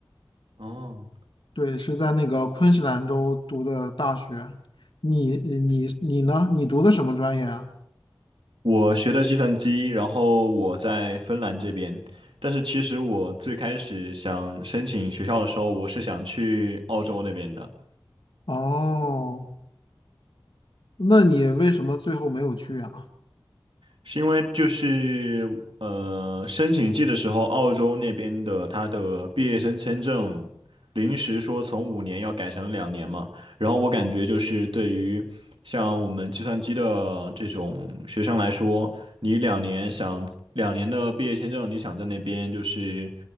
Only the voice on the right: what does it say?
哦，
我学的计算机，然后我在芬兰这边，但是其实我最开始想申请学校的时候，我是想去澳洲那边的，
是因为就是呃，申请季的时候，澳洲那边的他的毕业生签证临时说从五年要改成两年嘛，然后我感觉就是对于像我们计算机的这种学生来说，你两年想两年的毕业签证，你想在那边就是